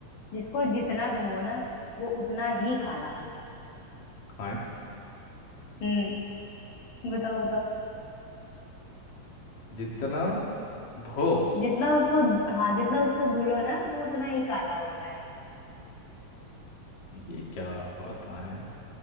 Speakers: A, on the left; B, on the left.
A: जिसको जितना धो ना वो उतना ही काला होता है
B: हाँ
A: हम्म बताओ बताओ
B: जितना धो
A: जितना उसको हाँ जितना उसको धुलो ना वो उतना ही काला होता है
B: ये क्या होता है